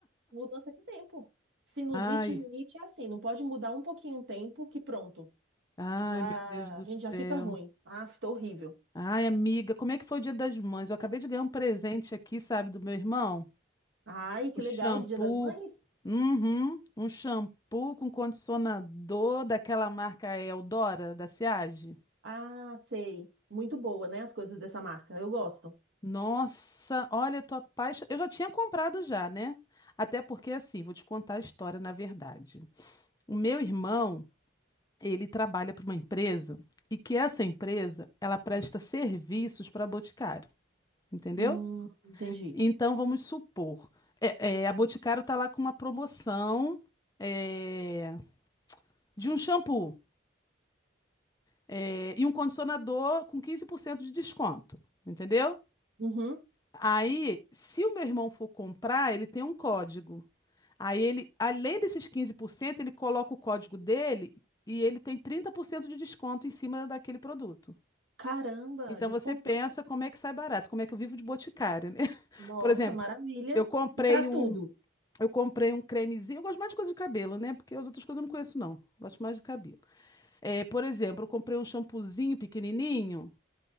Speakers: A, on the right; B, on the left.
A: mudança de tempo. Sinusite
B: Ai,
A: e rinite é assim, não pode mudar um pouquinho o tempo que pronto,
B: ai,
A: já
B: meu Deus do
A: a gente
B: céu.
A: já fica ruim. Ah, tô horrível.
B: Ai, amiga, como é que foi o Dia das Mães? Eu acabei de ganhar um presente aqui, sabe, do meu irmão?
A: Ai, que
B: Um shampoo.
A: legal, de Dia das Mães?
B: Uhum, um shampoo com condicionador daquela marca Eudora, da Siage.
A: Ah, sei. Muito boa, né, as coisas dessa marca. Eu gosto.
B: Nossa, olha, eu tô apaixonada. Eu já tinha comprado já, né? Até porque, assim, vou te contar a história na verdade. O meu irmão, ele trabalha para uma empresa e que essa empresa, ela presta serviços para a Boticário, entendeu?
A: Hum, entendi.
B: Então, vamos supor, é, é, a Boticário tá lá com uma promoção é, de um shampoo é, e um condicionador com 15% de desconto, entendeu?
A: Uhum.
B: Aí, se o meu irmão for comprar, ele tem um código. Aí ele, além desses 15%, ele coloca o código dele e ele tem 30% de desconto em cima daquele produto.
A: Caramba,
B: Então
A: descontão.
B: você pensa como é que sai barato, como é que eu vivo de boticário, né? <laughs>
A: Nossa,
B: Por exemplo,
A: maravilha.
B: eu comprei
A: E pra tudo?
B: um, eu comprei um cremezinho, eu gosto mais de coisa de cabelo, né? Porque as outras coisas eu não conheço não, gosto mais de cabelo. É, por exemplo, eu comprei um shampoozinho pequenininho